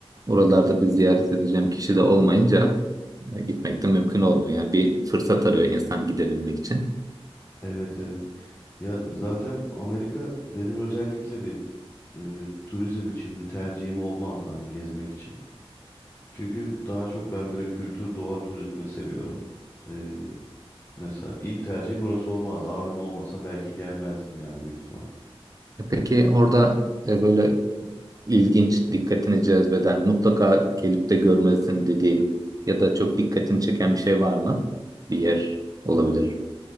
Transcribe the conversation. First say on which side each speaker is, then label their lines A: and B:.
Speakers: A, on the right (about 35°); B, on the left (about 20°).
A: oralarda bir ziyaret edeceğim kişi de olmayınca e, gitmek de mümkün olmuyor. Yani bir fırsat arıyor insan gidebilmek için.
B: Evet evet. Ya zaten Amerika benim özellikle bir e, turizm için bir tercihim olmazdı hani gezmek için. Çünkü daha çok ben böyle kültür doğa turizmini seviyorum. E, mesela ilk tercihim burası olmazdı. Abim olmasa belki gelmezdim yani büyük ihtimal.
A: E, Peki orada e, böyle ilginç, dikkatini cezbeden, mutlaka gelip de görmelisin dediğin ya da çok dikkatini çeken bir şey var mı? Bir yer olabilir.